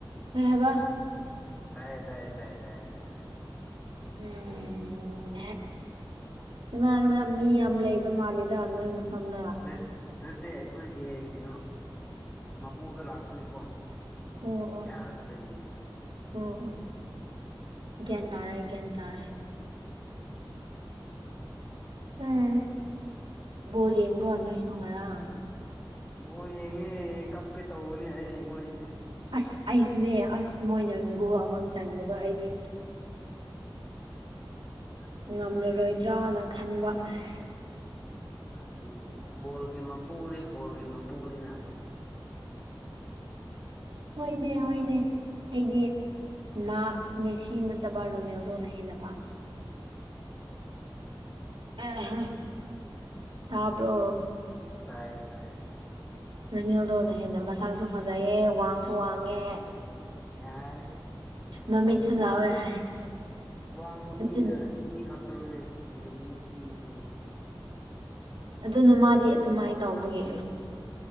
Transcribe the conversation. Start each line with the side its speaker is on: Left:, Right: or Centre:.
Right: ꯀꯩ ꯍꯥꯏꯕ
Left: ꯇꯥꯏꯌꯦ ꯇꯥꯏꯌꯦ ꯇꯥꯏꯌꯦ ꯇꯥꯏꯌꯦ ꯍꯥꯏꯌꯣ ꯍꯥꯏꯌꯣ
Right: ꯎꯝ ꯀꯅꯥ ꯀꯅꯥ ꯃꯤ ꯌꯥꯝ ꯂꯩꯕ ꯃꯥꯜꯂꯤ ꯗ ꯅꯣꯏ ꯃꯐꯝꯗꯣ
Left: ꯅꯠ ꯅꯠꯇꯦ ꯑꯩꯈꯣꯏꯒꯤ ꯀꯩꯅꯣ ꯃꯄꯨꯗꯣ ꯂꯥꯛꯄꯒꯤꯀꯣ
Right: ꯑꯣ
Left: ꯌꯥꯗꯕꯒꯤꯅꯦ
Right: ꯑꯣ ꯑꯣ ꯑꯣ
Left: ꯁꯣꯏꯔꯦ
Right: ꯒ꯭ꯌꯥꯟ ꯇꯥꯔꯦ
Left: ꯁꯣꯏꯔꯦ
Right: ꯒ꯭ꯌꯥꯟ ꯇꯥꯔꯦ ꯎꯝ ꯕꯣꯜ ꯌꯦꯡꯕ꯭ꯔꯣ ꯅꯣꯏꯁꯨ ꯉꯔꯥꯡ
Left: ꯕꯣꯜ ꯌꯦꯡꯉꯦ ꯀꯞꯀꯦ ꯇꯧꯕꯅꯦ ꯑꯩ ꯃꯣꯏꯁꯦ
Right: ꯑꯁ ꯑꯩꯁꯨꯅꯦ ꯑꯁ ꯃꯣꯏꯅ ꯒꯣꯜ ꯑꯃ ꯆꯟꯕꯗꯣ ꯑꯩꯗꯤ
Left: ꯑꯗꯨꯒ
Right: ꯉꯝꯂꯔꯣꯏꯗ꯭ꯔꯅ ꯈꯟꯕ ꯑꯥꯢ
Left: ꯑꯗꯨꯅꯤ ꯕꯣꯜꯒꯤ ꯃꯄꯨꯗꯤ ꯕꯣꯜꯒꯤ ꯃꯄꯨꯅꯤꯅ ꯑꯗꯨꯝ
Right: ꯍꯣꯏꯅꯦ ꯍꯣꯏꯅꯦ ꯑꯩꯗꯤ ꯃꯥ ꯃꯦꯁꯤ ꯅꯠꯇꯕ ꯔꯣꯅꯦꯜꯗꯣꯅ ꯍꯦꯟꯅ ꯄꯥꯝꯃꯦ ꯑꯦ ꯍꯥ ꯇꯥꯕ꯭ꯔꯣ
Left: ꯇꯥꯏꯌꯦ ꯇꯥꯏꯌꯦ ꯇꯥꯏ
Right: ꯔꯣꯅꯦꯜꯗꯣꯅ ꯍꯦꯟꯅ ꯃꯁꯛꯁꯨ ꯐꯖꯩꯌꯦ ꯋꯥꯡꯁꯨ ꯋꯥꯡꯉꯦ
Left: ꯌꯥꯔꯦ
Right: ꯃꯃꯤꯠꯁꯨ
Left: ꯑꯣꯋꯥꯡ
Right: ꯂꯥꯎꯋꯦ ꯍꯥꯏ
Left: ꯋꯥꯡꯕ
Right: ꯑꯗꯨ
Left: ꯃꯤꯅ ꯃꯤ ꯈꯛꯇꯔꯣꯅꯦ ꯅꯦꯝꯕ ꯃꯤꯁꯨ ꯃꯤꯅꯤꯅꯦ ꯀꯩꯅꯣ
Right: ꯑꯗꯨꯅ ꯃꯥꯗꯤ ꯑꯗꯨꯃꯥꯏ ꯇꯧꯕꯒꯤ